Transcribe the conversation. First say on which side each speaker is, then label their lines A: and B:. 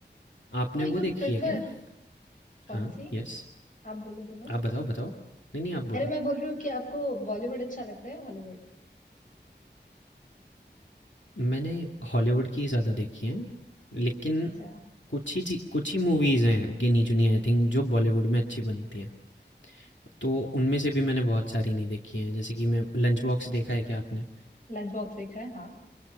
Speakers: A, on the left; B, on the left.
A: आपने
B: सो यू
A: वो देखी
B: प्रेफर
A: है क्या
B: कौन
A: हाँ
B: सी
A: यस
B: आप बोलो बोलो
A: आप बताओ बताओ नहीं नहीं आप
B: अरे
A: बोलो
B: मैं बोल रही हूँ कि आपको बॉलीवुड अच्छा लगता है हॉलीवुड
A: मैंने हॉलीवुड की ज़्यादा देखी हैं लेकिन
B: अच्छा
A: कुछ ही ची- कुछ ही मूवीज़ हैं गिनी चुनी आई थिंक जो बॉलीवुड में अच्छी बनती हैं तो उनमें से भी मैंने बहुत सारी नहीं देखी हैं जैसे कि मैं लंच बॉक्स देखा है क्या आपने
B: लंच बॉक्स देखा है हाँ